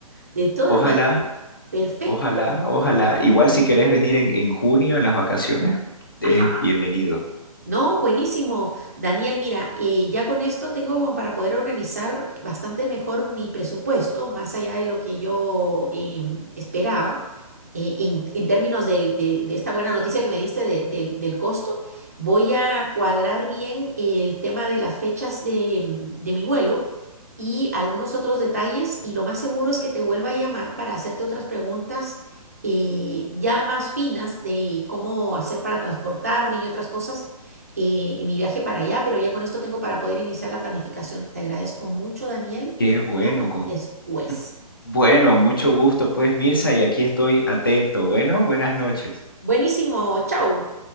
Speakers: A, on the right; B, on the left.
A: De todas
B: Ojalá,
A: maneras, perfecto.
B: ojalá, ojalá. Igual si querés venir en, en junio, en las vacaciones, es
A: Ajá.
B: bienvenido.
A: No, buenísimo. Daniel, mira, eh, ya con esto tengo como para poder organizar bastante mejor mi presupuesto, más allá de lo que yo em, esperaba, eh, en, en términos del- de, de esta buena noticia que me diste de- del del costo. Voy a cuadrar bien el tema de las fechas de, mm, de mi vuelo y algunos otros detalles, y lo más seguro es que te vuelva a llamar para hacerte otras preguntas. eh, ya más finas de cómo hacer para transportarme y otras cosas eh, en mi viaje para allá, pero ya con esto tengo para poder iniciar la planificación. Te agradezco mucho, Daniel,
B: Qué
A: y te
B: bueno,
A: llamo
B: con...
A: después.
B: Bueno, mucho gusto, pues, Mirza, y aquí estoy atento. Bueno, buenas noches.
A: Buenísimo, chao.